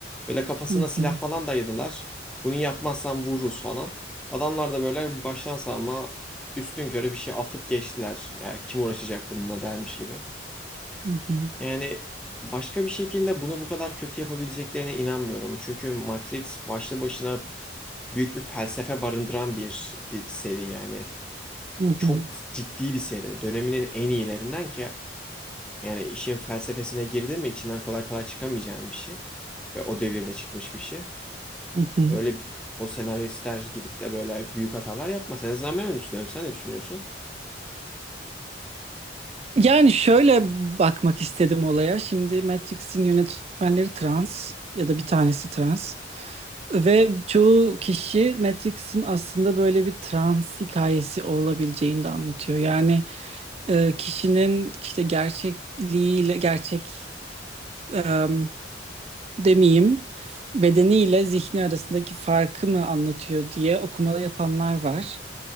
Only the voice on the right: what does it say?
hı
hı,
hı hı,
hı hı,
hı hı.
Yani şöyle bakmak istedim olaya. Şimdi Matrix'in yönetmenleri trans ya da bir tanesi trans. Ve çoğu kişi Matrix'in aslında böyle bir trans hikayesi olabileceğini de anlatıyor. Yani e, kişinin işte gerçekliğiyle, gerçek e, demeyeyim, bedeniyle zihni arasındaki farkı mı anlatıyor diye okumalı yapanlar var.